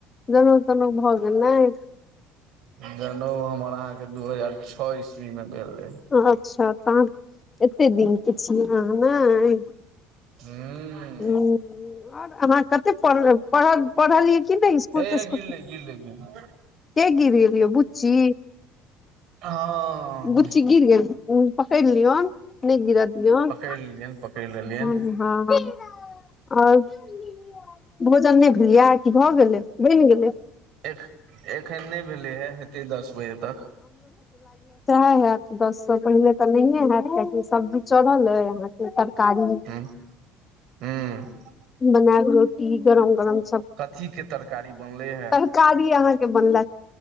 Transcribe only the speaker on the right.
जनउ हमर अहाँके दू हजार छ ईस्वी मे भेल रहे
हूं
हे
हे गिरले गिरले गिरले
हँ
पकड़ि
लेलियनि पकड़ि लेलियनि
एख एखन नहि भेलै हे हेतै दस बजे तक
हूं हूं
कथी के तरकारी बनले हे